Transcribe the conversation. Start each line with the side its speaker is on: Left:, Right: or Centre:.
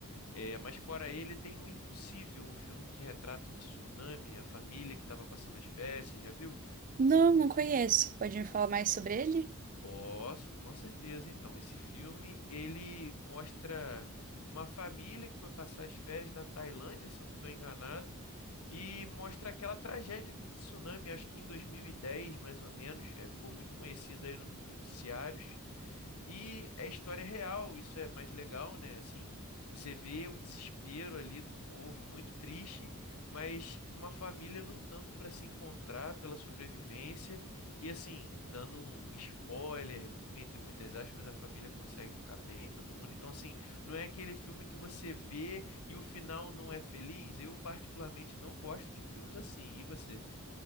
Left: É, mas fora ele tem O Impossível, um filme que retrata um tsunami, a família que estava passando as férias, você já viu?
Right: Não, não conheço. Pode me falar mais sobre ele?
Left: Posso, com certeza. Então, esse filme, ele mostra uma família que foi passar as férias na Tailândia, se eu não estou enganado, e mostra aquela tragédia do tsunami, acho que em 2010, mais ou menos, é, ficou muito conhecido aí nos noticiários. E é história real, isso é mais legal, né? Assim, você vê o desespero ali do povo, muito triste, mas uma família lutando para se encontrar pela sobrevivência. E assim, dando um spoiler, entre muitas aspas, a família consegue ficar bem, todo mundo. Então, assim, não é aquele filme que você vê e o final não é feliz, eu particularmente não gosto de filmes assim. E você?